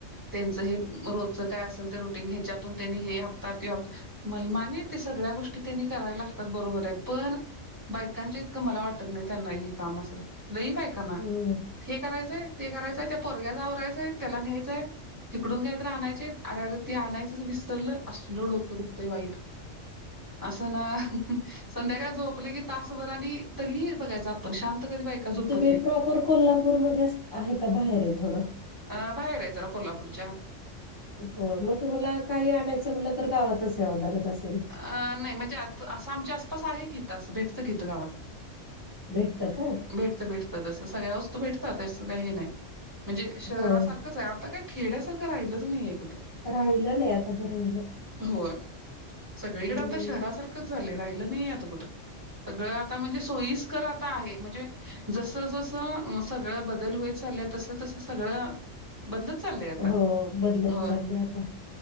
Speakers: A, on the right; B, on the left.
A: त्यांचं हे रोजचं काय असेल तर रुटीन ह्याच्यातून त्यांनी हे हप्तात ये् मल मानीत ते सगळ्या गोष्टी त्यांनी करायला लागतात बरोबर आहे पण बायकांच्या इतकं मला वाटत नाही त्यांना हे काम असेल लई बायकांना
B: हम्म.
A: हे करायचंय ते करायचंय त्या परग्याला आवरायचंय त्याला न्यायचंय हिकडून काय तर आणायचे अरे अरे ती आणायचंच विसरलं असल डोकं दुखतंय वाईट असं ना संध्याकाळ झोपले की तासभर आणि तरी बघायचं आपण शांत कधी बायका झोपत
B: तुम्ही
A: नाही
B: प्रॉपर कोल्हापूरमध्येध्ये आहे का बाहेर आहे थोडं
A: अ बाहेर आहे जरा कोल्हापूरच्या
B: हो मग तुम्हाला काही आणायचं म्हटलं तर गावातच यावं लागत असेल
A: अ नाही म्हणजे आ असं आमच्या आसपास आहे की त असं भेटतं किथं गावात
B: भेटत का
A: भेटत भेटत जसं सगळ्या वस्तू भेटतात असं काही नाही म्हणजे शहरासारखंच
B: होय.
A: आहे आता काय खेड्यासारखं राहिलंच नाहीये कुठं
B: राहिलं नाही आता बरोबर आहे.
A: हो सगळीकडे
B: हम्म.
A: आता शहरासारखा रा नाही क सगळ आता म्हणजे सोी आता म्ह जस जस सगळं बदल होय चालल तस तस सगळं बदलत चाललंय आता
B: हो. बदलत
A: होय
B: चालले आता.